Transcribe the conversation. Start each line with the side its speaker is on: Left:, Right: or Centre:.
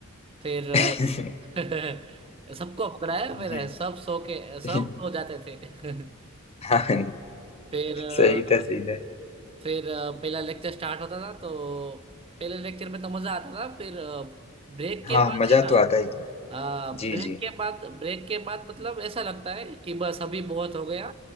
Right: फिर
Left: <laughs>
Right: <laughs> सबको पकड़ाया फिर
Left: जी
Right: सब सो के सब
Left: जी
Right: सो जाते थे <laughs>
Left: हाँ
Right: फिर अ,
Left: सही था सही था
Right: फिर अ, पहला लेक्चर स्टार्ट होता था तो पहले लेक्चर में तो मजा आता था फिर ब्रेक के
Left: हाँ
Right: बाद
Left: मजा
Right: है ना
Left: तो आता ही था
Right: ब्रेक
Left: जी जी
Right: के बाद ब्रेक के बाद मतलब ऐसा लगता है कि बस अभी बहुत हो गया